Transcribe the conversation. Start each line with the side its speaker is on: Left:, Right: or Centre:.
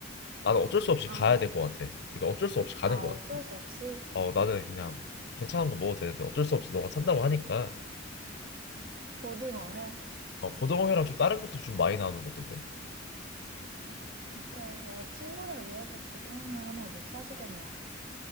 Left: 나는 어쩔 수 없이
Right: 아,
Left: 가야 될 것 같아. 그러니까 어쩔 수 없이 가는
Right: 아,
Left: 거야.
Right: 어쩔 수 없이
Left: 어, 나는 그냥 괜찮은 거 먹어도 되는데 어쩔 수 없이 너가 산다고 하니까
Right: 고등어회.
Left: 어, 고등어회랑 좀 다른 것도 좀 많이 나오는 것 같던데.
Right: 오케이. 내가 친구를 위해서 고등어회 하나 못 사주겠냐.